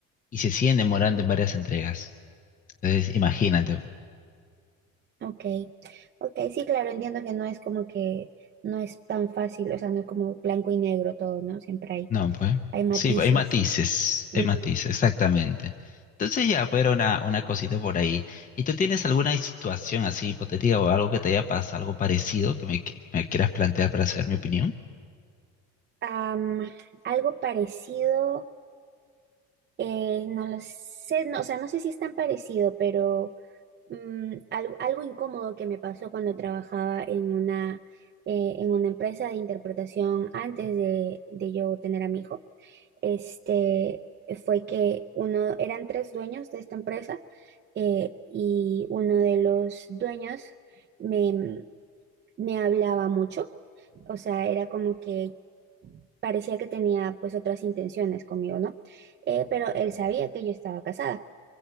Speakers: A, on the left; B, on the right.
A: y se siguen demorando en varias entregas. Entonces, imagínate.
B: ok, ok, sí, claro, entiendo que no es como que no es tan fácil, o sea, no es como blanco y negro todo, ¿no? Siempre hay,
A: No, pues.
B: hay matices.
A: Sí, hay matices,
B: Ujú.
A: hay matices, exactamente. Entonces ya, pues era una, una cosita por ahí. ¿Y tú tienes alguna situación así hipotética o algo que te haya pasado, algo parecido que me, que me quieras plantear para saber mi opinión?
B: Am, algo parecido, eh, no lo sé, no, o sea, no sé si es tan parecido, pero mm, algo, algo incómodo que me pasó cuando trabajaba en una, eh, en una empresa de interpretación antes de, de yo tener a mi hijo, este, fue que uno, eran tres dueños de esta empresa eh, y uno de los dueños me, me hablaba mucho. O sea, era como que parecía que tenía pues otras intenciones conmigo, ¿no? Eh, pero él sabía que yo estaba casada.